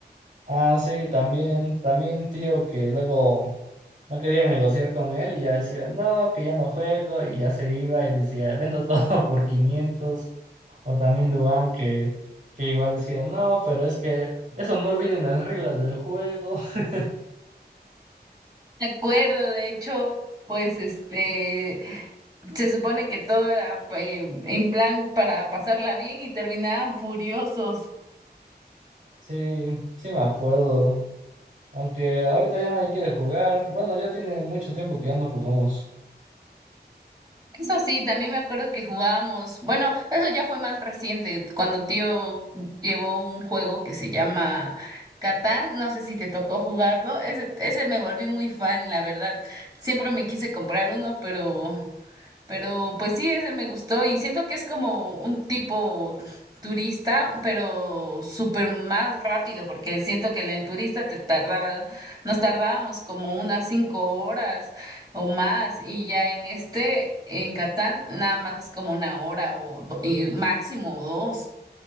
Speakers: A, on the right (about 45°); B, on the right (about 20°).
A: Ah, sí, también, también tío que luego No querían negociar con él y ya decía, no, que ya no juego y ya se iba y decía, vendo todo <laughs> por quinientos O también Dubán que, que igual decía, no, pero es que eso no viene en las reglas del juego. <laughs>
B: Me acuerdo, de hecho, pues este, se supone que todo era eh, en plan para pasarla bien y terminaban furiosos.
A: Sí, sí me acuerdo. Aunque ahorita ya nadie quiere jugar. Bueno, ya tiene mucho tiempo que ya no jugamos.
B: Eso sí, también me acuerdo que jugábamos, bueno, eso ya fue más reciente, cuando tío llevó un juego que se llama Catán, no sé si te tocó jugarlo, ese, ese me volví muy fan, la verdad. Siempre me quise comprar uno, pero Pero pues sí, ese me gustó y siento que es como un tipo turista, pero súper más rápido, porque siento que en el turista te tardaba, nos tardábamos como unas cinco horas o más, y ya en este, en Catán, nada más como una hora o do- y máximo o dos.